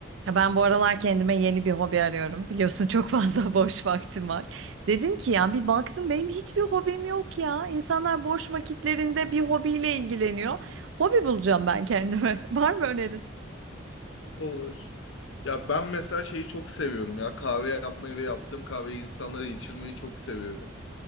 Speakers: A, on the right; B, on the left.
A: Ya ben bu aralar kendime yeni bir hobi arıyorum. Biliyorsun çok fazla <laughs> boş vaktim var. Dedim ki ya bir baksın benim hiçbir hobim yok ya. İnsanlar boş vakitlerinde bir hobiyle ilgileniyor. Hobi bulacağım ben kendime. <laughs> Var mı önerin?
B: Olur. Ya ben mesela şeyi çok seviyorum ya kahve yapmayı ve yaptığım kahveyi insanlara içirmeyi çok seviyorum.